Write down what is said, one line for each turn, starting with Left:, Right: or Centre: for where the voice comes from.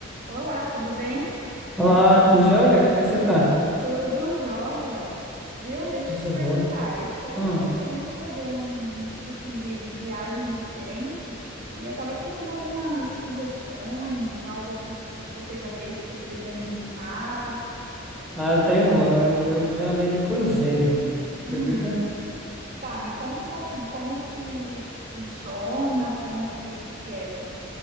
Right: Olá, tudo bem?
Centre: Olá, tudo jóia? Como você tá?
Right: Tudo jóia. Viu? Deixa
Centre: Coisa
Right: eu te perguntar.
Centre: boa.
Right: Eu tô,
Centre: Hum.
Right: tô querendo fazer um, um tipo assim de, de viagem diferente e eu tava querendo algumas sugestões, algo assim que, que você já fez que você poderia me indicar.
Centre: Ah, eu tenho um. Eu, eu já andei de cruzeiro.
Right: Hum,
Centre: Acredita?
Right: tá, me conta um pouquinho como que, que funciona, como que, que é, assim,